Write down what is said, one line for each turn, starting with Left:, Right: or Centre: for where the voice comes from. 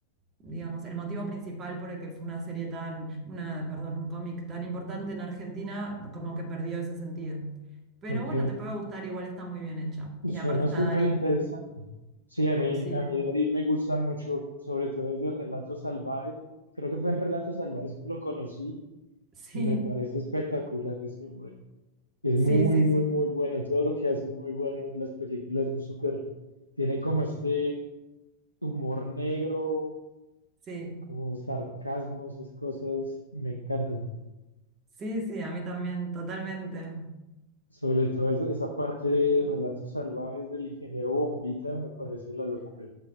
Right: digamos, el motivo principal por el que fue una serie tan, una, perdón, un cómic tan importante en Argentina, como que perdió ese sentido. Pero
Left: ok.
Right: bueno, te puede gustar, igual está muy bien hecha. Y
Left: Suena
Right: aparte está
Left: súper
Right: Darín.
Left: interesante. Sí, a mí,
Right: Sí,
Left: a mí Darín me gusta mucho, sobre todo desde Relatos Salvajes. Creo que fue en Relatos Salvajes que lo conocí
Right: <laughs> sí,
Left: y me parece espectacular ese hombre. Es
Right: sí,
Left: muy,
Right: sí,
Left: muy,
Right: sí,
Left: muy bueno. Todo lo que hace es muy bueno. Las películas son súper... Tiene como este humor negro,
Right: sí,
Left: como sarcasmo, esas cosas me encantan.
Right: sí, sí, a mí también, totalmente.
Left: Sobre todo esa, esa parte de Relatos Salvajes del ingeniero Bombita me parece la locura.